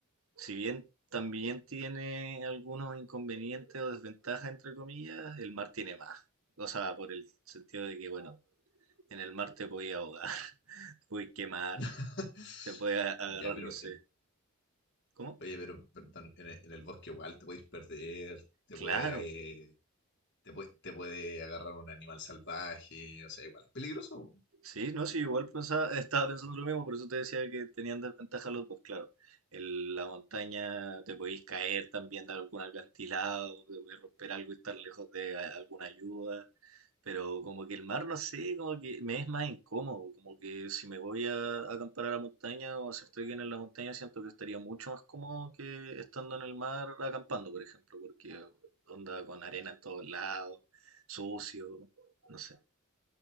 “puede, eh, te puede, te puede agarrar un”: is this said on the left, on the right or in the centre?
Left